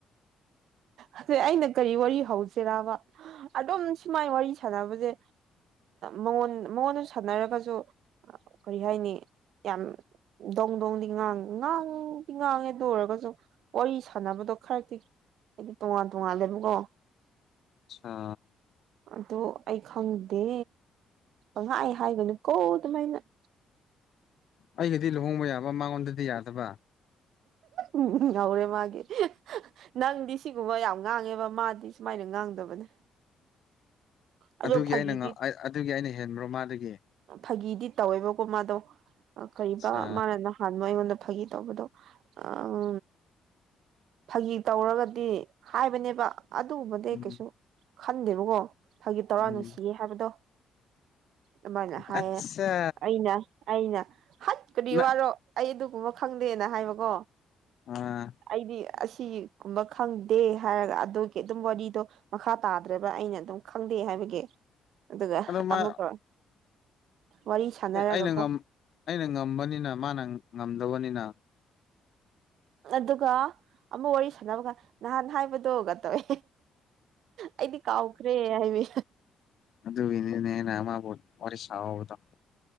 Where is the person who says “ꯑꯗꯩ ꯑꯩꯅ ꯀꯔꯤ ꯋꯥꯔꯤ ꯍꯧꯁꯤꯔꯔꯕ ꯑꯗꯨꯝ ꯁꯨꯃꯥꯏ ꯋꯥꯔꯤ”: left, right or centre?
Right